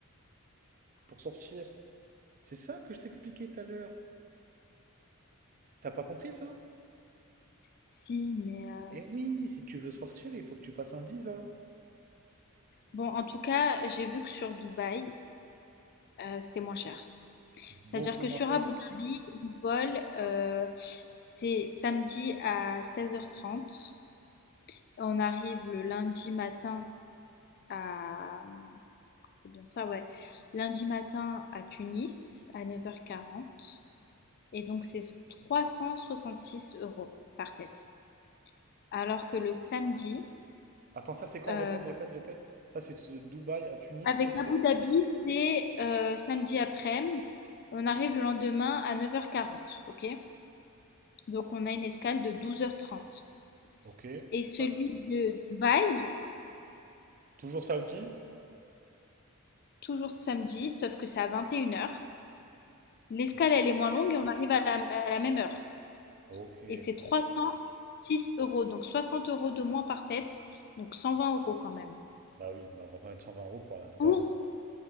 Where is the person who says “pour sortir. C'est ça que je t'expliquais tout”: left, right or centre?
Right